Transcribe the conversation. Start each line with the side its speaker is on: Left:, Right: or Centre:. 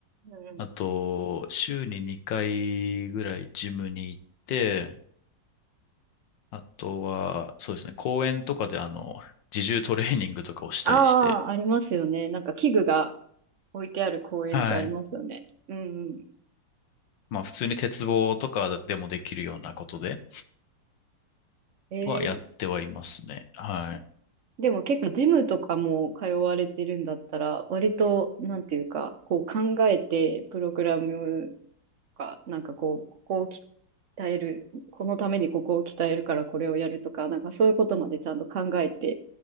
Right: うんうん。
Left: あと週に2回ぐらいジムに行って、あとは、そうですね、公園とかであの、自重トレーニングとかをしたりして、
Right: ああ、ありますよね。なんか器具が置いてある公園ってありますよね。
Left: はい。
Right: うんうん。
Left: まあ普通に鉄棒とかでもできるようなことで
Right: えー、
Left: はやってはいますね。はい。
Right: でも結構ジムとかも通われてるんだったら、割と、なんていうか、こう考えて、プログラムとか、なんかこう、ここを鍛える、このためにここを鍛えるからこれをやるとか、なんかそういうことまでちゃんと考えて